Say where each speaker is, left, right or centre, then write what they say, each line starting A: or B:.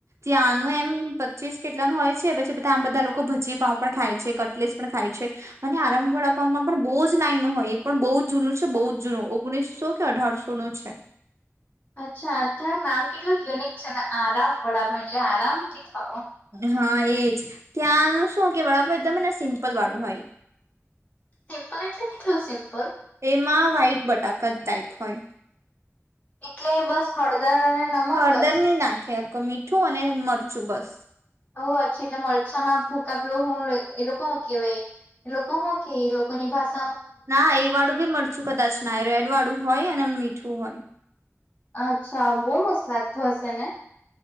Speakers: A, on the right; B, on the left.
A: ત્યાંનું એમ પચીસ કેટલાનું હોય છે પછી આમ બધા લોકો ભાજીપાઉ પણ ખાય છે કટલેસ પણ ખાય છે. આરામ વ આપવામાં પણ બહ જ લાઈનો હોય એ પણ બહુ જ જૂનું છે બહુ જ જૂનું ઓગણીસો કે. અઢારસો નું છે.
B: અચ્છા ત્યાં નામ કેટલું યુનિક છે ને આરામ વડાપાઉ એટલે આરામ થી ખાવ.
A: હા એજ ત્યાંનું શું કે વાળ એકદમને સિમ્પલ વાળું હોય.
B: સિમ્પલ એટલે કેટલુ સિમ્પલ.
A: એમાં વ્હાઈટ બટાકા ટાઈપ હોય.
B: એટલે બસ હળદર અને નમક
A: હળદર
B: જ.
A: નહી નાખે મીઠું અને મરચું બસ.
B: હ્જીએટલે મરચા ના ભુકા પેલો હું એ લોકો કહૅ વાય. લોકો હો કે લોકોની ભાષા
A: ના એ વાળું બી મરચું કદાચ ના રેડ વાળું હોય અને મીઠું હોય.
B: અચ્છા બહુ મસ્ત લાગતુ હશે ને.